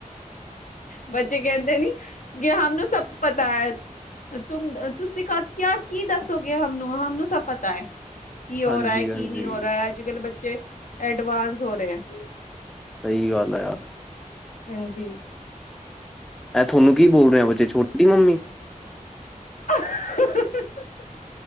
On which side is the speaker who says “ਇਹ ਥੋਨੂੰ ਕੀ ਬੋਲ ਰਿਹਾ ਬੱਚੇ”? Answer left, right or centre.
Centre